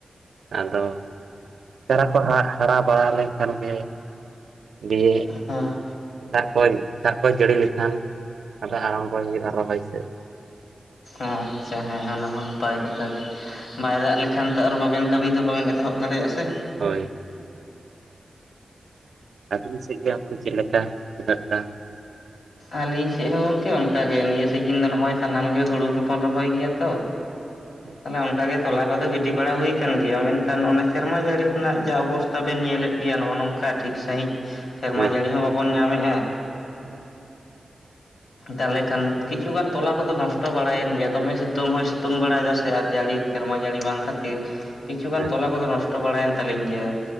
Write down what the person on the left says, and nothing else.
ᱦᱮᱸ
ᱟᱪᱪᱷᱟ ᱦᱮᱸ ᱚᱱᱟ ᱦᱚᱸ ᱱᱟᱯᱟᱭ ᱠᱟᱛᱷᱟ ᱜᱮ, ᱵᱟᱭ ᱫᱟᱜ ᱞᱮᱠᱷᱟᱱ ᱛᱚ ᱟᱨ ᱵᱟᱵᱮᱱᱼᱼ ᱠᱟᱹᱢᱤ ᱫᱚ ᱵᱟᱵᱮᱱ ᱮᱛᱚᱦᱚᱵ ᱫᱟᱲᱮᱭᱟᱜᱼᱟ ᱥᱮ᱾
ᱟᱹᱞᱤᱧ ᱥᱮᱫ ᱦᱚᱸ ᱜᱚᱝᱠᱮ ᱚᱱᱠᱟ ᱜᱮ ᱱᱤᱭᱟᱹ ᱥᱤᱡᱤᱱ ᱫᱚ ᱱᱚᱜᱼᱚᱭ ᱥᱟᱱᱟᱢ ᱜᱮ ᱦᱩᱲᱩ ᱜᱮᱵᱚᱱ ᱨᱚᱦᱚᱭ ᱜᱮᱭᱟ ᱛᱚ᱾
ᱛᱟᱦᱚᱞᱮ ᱚᱱᱠᱟ ᱜᱮ ᱛᱚᱞᱟ ᱠᱚᱫᱚ ᱜᱤᱰᱤ ᱵᱟᱲᱟ ᱦᱩᱭ ᱟᱠᱟᱱ ᱜᱮᱭᱟ, ᱢᱮᱱᱠᱷᱟᱱ ᱚᱱᱮ ᱥᱮᱨᱢᱟ ᱡᱟᱹᱲᱤ ᱨᱮᱱᱟᱜ ᱡᱟ ᱚᱵᱚᱥᱼᱼ ᱛᱟ ᱵᱮᱱ ᱧᱮᱞᱮᱫ ᱜᱮᱭᱟ ᱱᱚᱜᱼᱚ ᱱᱚᱝᱠᱟ ᱴᱷᱤᱠ ᱥᱟᱺᱦᱤᱡ ᱥᱮᱨᱢᱟ
ᱡᱟᱹᱲᱤ ᱦᱚᱸ ᱵᱟᱵᱚᱱ ᱧᱟᱢᱮᱜᱼᱟ᱾
ᱛᱟᱦᱚᱞᱮ ᱠᱷᱟᱱ ᱠᱤᱪᱷᱩᱜᱟᱱ ᱛᱚᱞᱟ ᱠᱚᱫᱚ ᱱᱚᱥᱴᱚ ᱵᱟᱲᱟᱭᱮᱱ ᱜᱮᱭᱟ, ᱫᱚᱢᱮ ᱥᱤᱛᱩᱝ ᱦᱚᱸᱭ ᱥᱤᱛᱩᱝ ᱵᱟᱲᱟᱭᱮᱫᱟ ᱥᱮ ᱟᱨ ᱡᱟᱹᱲᱤᱼᱼ ᱥᱮᱨᱢᱟ ᱡᱟᱹᱲᱤ ᱵᱟᱝ ᱠᱷᱟᱹᱛᱤᱨ ᱠᱤᱪᱷᱩᱩᱜᱟᱱ
ᱛᱚᱞᱟ ᱠᱚᱫᱚ ᱱᱚᱥᱴᱚ ᱵᱟᱲᱟᱭᱮᱱ ᱛᱟᱹᱞᱤᱧ ᱜᱮᱭᱟ᱾